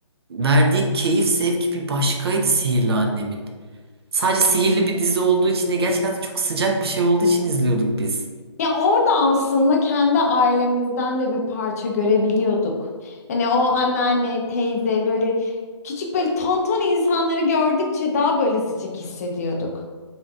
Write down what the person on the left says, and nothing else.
Ya orada aslında kendi ailemizden de bir parça görebiliyorduk. Hani o anneanne, teyze böyle küçük böyle tonton insanları gördükçe daha böyle sıcak hissediyorduk.